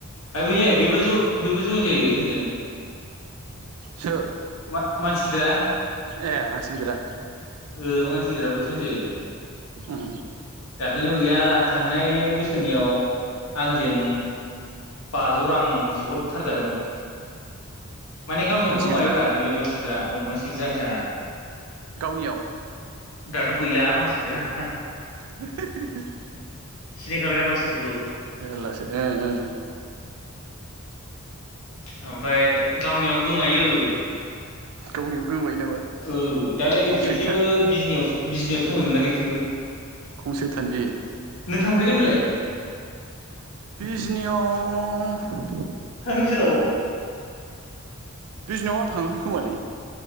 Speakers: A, on the left; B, on the right.
A: आरो बेलाय बेबो ज बेबो जयेन जायो जोंजों
B: सोर
A: मा-मानसि गिदिरा
B: ए मानसि गिदिरा
A: ओ मानस गिदिराबो जइन जायो।
B: उम
A: दाखालियाव गैया थांनाय बैस सोरनियाव आंजों बाजौ रां बिहरथारजादों। मानि गावनियाव
B: मानसि
A: गोमायोब्रा
B: गिदिरा
A: नैबे मानसि गिदिरा। आं मानसि गिदिर जां जाङा।
B: गावनियाव
A: दाथ' गैला मानसि गिदिरा।
B: <unintelligible>
A: सिनायखाबाय दा मानसि गिदिरखौ
B: जाल्लासो ओं ओं
A: औ फ्राय गावनियाव गोमायो। उम
B: गावनियाव गोबाय नामा
A: ओ दालाय
B: खमसैथान
A: खेबसेबो बिजनियावस बिजनियावसो दङैमोनना खेबसेबो।
B: खम सेैथान बे
A: नों थांफेरखोमोनलाय
B: बिजनियाव
A: थांनाय बोसोराव
B: बिजनिआव आं थाङाखै खोमालै